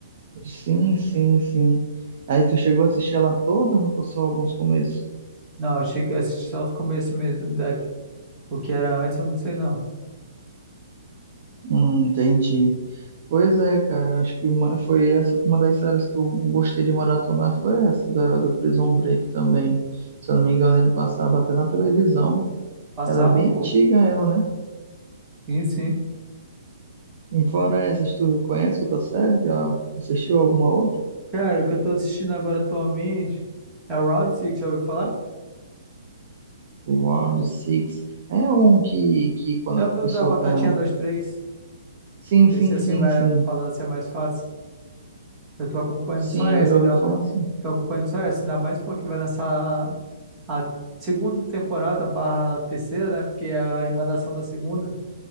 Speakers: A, on the right (about 50°); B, on the right (about 20°).
A: Sim, sim, sim. Aí tu chegou a assistir ela toda ou só alguns começos?
B: Não, eu cheguei a assistir só os começos mesmo. Da, o que era antes, eu não sei não.
A: Hum, entendi. Pois é, cara, acho que uma, foi essa uma das séries que eu gostei de maratonar foi essa da, da Prison Break também. Se eu não me engano, ele passava até na televisão.
B: Passava,
A: Ela é bem
B: pô.
A: antiga, ela, né?
B: Sim, sim.
A: E fora essas, tu conhece outra série? Já assistiu alguma outra?
B: Cara, o que eu tô assistindo agora atualmente é o Round Six já ouviu falar?
A: O Round Six. É um que, que quando
B: É
A: a
B: o
A: pessoa
B: do- da Batatinha
A: tá.
B: dois três
A: Sim, sim,
B: Esse assim,
A: sim,
B: mas
A: sim.
B: falando assim é mais fácil. Eu tô acompanhando
A: Sim,
B: só essa.
A: eu já
B: Ainda...
A: ouvi falar assim.
B: Tô acompanhando só essa, ainda mais porque vai lançar a segunda temporada barra terceira, né? Porque é a emendação da segunda.